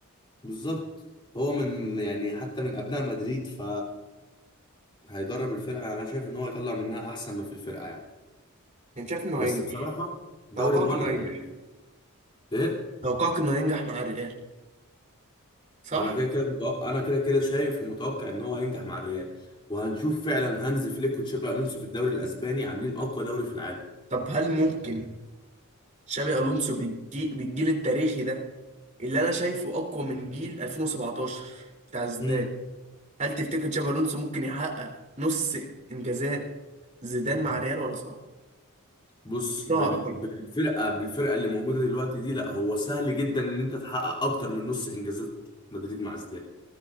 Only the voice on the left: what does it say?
بالظبط هو من يعني حتى من ابناء مدريد ف هيدرب الفرقه يعني انا شايف ان هو يطلع منها احسن ما في الفرقه يعني
بس
بصراحه دوري
مولع
يعني ايه
انا كده كده متوقع انا كده كده شايف ومتوقع ان هو هينجح مع الريال وهنشوف فعلا هانز فليك وتشابي الونسو في الدوري الاسباني عاملين اقوى دوري في العالم
امم
بص
بال...
بالفرقه بالفرقه اللي موجوده دلوقتي دي لا هو سهل جدا ان انت تحقق اكتر من نص انجازات مدريد مع زيدان